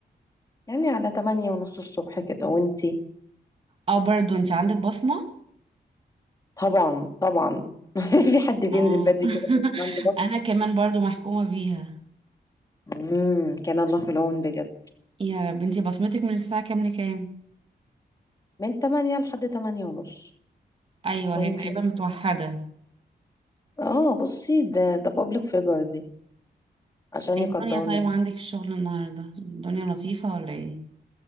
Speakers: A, on the left (about 20°); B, on the right (about 35°).
A: يعني على تمانية ونص الصبح كده وانتي
B: اه برضو انتي عندك بصمه
A: طبعا طبعا <laughs> في حد بينزل
B: اه
A: بدري كده
B: <laughs>
A: وينام ببطء؟
B: انا كمان برضو محكومه بيها
A: امم كان الله في العون بجد
B: يا رب انتي بصمتك من الساعه كام لكام
A: من تمانية لحد تمانية ونص
B: ايوه
A: وانتي
B: هي تقريبا متوحده
A: اه بصي ده ده بابليك فيجر دي عشان
B: ايه
A: يقدرنا
B: الدنيا طيب عندك في الشغل النهارده الدنيا لطيفه ولا ايه